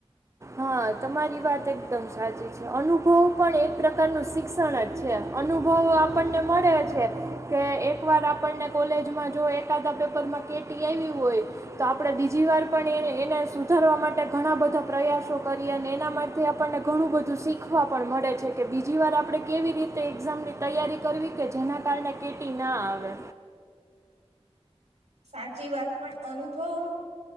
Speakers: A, on the right; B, on the right.
A: હા તમારી વાત એકદમ સાચી છે, અનુભવ પણ એક પ્રકારનું શિક્ષણ જ છે, અનુભવ આપણને મળે છે, કે એક વાર આપણને કોલેજમાં જો એકાદા પેપરમાં કેટી આઈવી હોય, તો આપણે બીજી વાર પણ એ એને સુધારવા માટે ઘણા બધા પ્રયાસો કરી અને એના માટે આપણને ઘણું બધું શીખવા પણ મળે છે, કે બીજી વાર આપણે કેવી રીતે એક્ઝામની તૈયારી કરવી કે જેના કારણે કેટી ના આવે.
B: સાચી વાત પણ અનુભવ